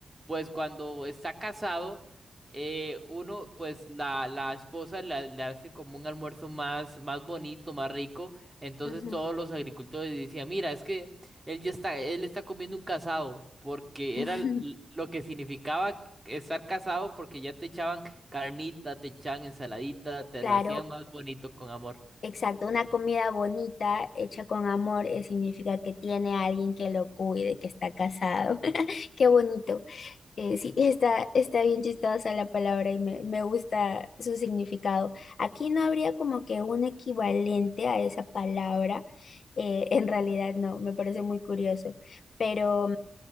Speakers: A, on the right; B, on the left.
A: Pues cuando está casado, eh, uno, pues la, la esposa le, le hace como un almuerzo más, más bonito, más rico. Entonces
B: Ujú.
A: todos los agricultores decían, mira, es que él ya está, él está comiendo un casado, porque
B: <laughs>
A: era l- lo que significaba estar casado, porque ya te echaban Carnita, te echaban ensaladita, te
B: Claro,
A: lo hacían más bonito con amor.
B: exacto. Una comida bonita, hecha con amor, eh, significa que tiene a alguien que lo cuide, que está casado. <laughs> Qué bonito. Eh, sí, está, está bien chistosa la palabra y me, me gusta su significado. Aquí no habría como que un equivalente a esa palabra. eh, en realidad no, me parece muy curioso. Pero